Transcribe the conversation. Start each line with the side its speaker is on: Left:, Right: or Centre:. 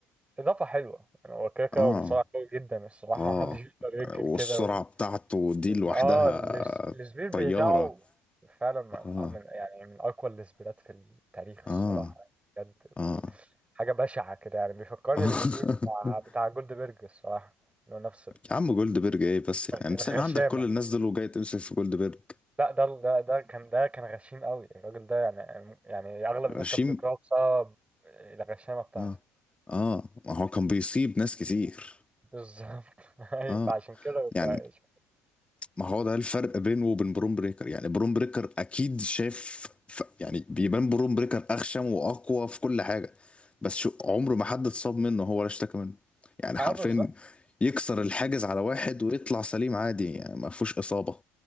Right: اضافه حلوه يعني هو كده كده
Left: اه
Right: هو مصارع قوي جدا الصراحه
Left: اه
Right: <laughs> محدش يقدر ينكر
Left: والسرعة
Right: كده و...
Left: بتاعته دي
Right: وال...
Left: لوحدها
Right: اه الس- السبير
Left: طيارة
Right: بتاعه فعلا من
Left: اه
Right: من- يعني من اقوى السبيرات في التاريخ الصراحه
Left: اه
Right: بجد
Left: اه
Right: حاجه بشعه كده يعني بيفكرني
Left: <laughs>
Right: بالسبير بتاع بتاع جولدبرج الصراحه انه نفس
Left: يا عم جولد بيرج ايه بس يعني امسك
Right: الغشامة
Left: عندك كل الناس دول وجاي تمسك في جولد بيرج
Right: لا ده ده ده كان ده كان غشيم قوي الراجل ده يعني يعني اغلب الناس
Left: غشيم
Right: كانت بتكرهه بسبب الغشامة بتاعته
Left: اه اه ما هو كان بيصيب ناس كتير
Right: بالظبط <laughs> ايوه
Left: اه
Right: فعشان كده
Left: يعني
Right: يبقى اسم.
Left: ما هو ده الفرق بينه وبين بروم بريكر يعني بروم بريكر اكيد شاف ف... يعني بيبان بروم بريكر اخشم واقوى في كل حاجه بس شو عمره ما حد اتصاب منه هو ولا اشتكى منه يعني
Right: اه
Left: حرفيا
Right: بالظبط
Left: يكسر الحاجز على واحد ويطلع سليم عادي يعني ما فيهوش اصابه